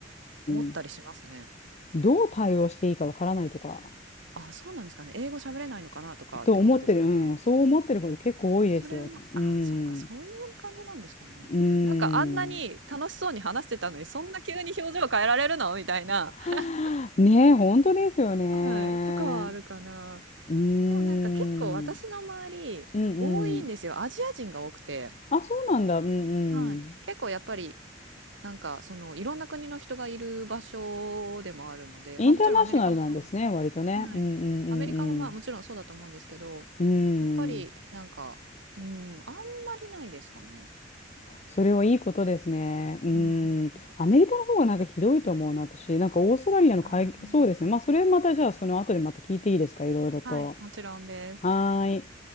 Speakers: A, on the right; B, on the left.
A: 思ったりしますね。
B: うん。どう対応していいかわからないとか、
A: あ、そうなんですかね。英語喋れないのかなとかってことですかね。
B: と思ってる、うん、そう思ってること結構多いですよ。
A: それも、
B: うん、
A: あ、そっか、そういう感じなんですかね。
B: うん。
A: なんかあんなに楽しそうに話してたのに、そんな急に表情変えられるのみたいな。
B: はあねえ、
A: <laughs>
B: 本当ですよね。
A: はい。とかはあるかな。
B: うん、
A: でもなんか結構私の周り、
B: うんう
A: 多いんですよ。
B: ん。
A: アジア人が多くて。
B: あ、そうなんだ、うん
A: はい。
B: うん。
A: 結構やっぱり、なんかそのいろんな国の人がいる場所でもあるので、
B: インターナショナルなんですね、
A: まあもちろんアメリカもそう。
B: 割とね。
A: はい。
B: うんうんうん
A: アメリカもまあもちろんそうだと思うんですけど、
B: うん。
A: やっぱりなんか、
B: うん。
A: うん、あんまりないですかね。
B: それはいいことですね。うん。
A: うんうんうん。
B: アメリカの方がなんかひどいと思うな、私。なんかオーストラリアの会、
A: あ
B: そうですね。まあ、それまたじゃあ、その後でまた聞いていいですか、いろいろと。
A: あ、はい、もちろんです。
B: はーい。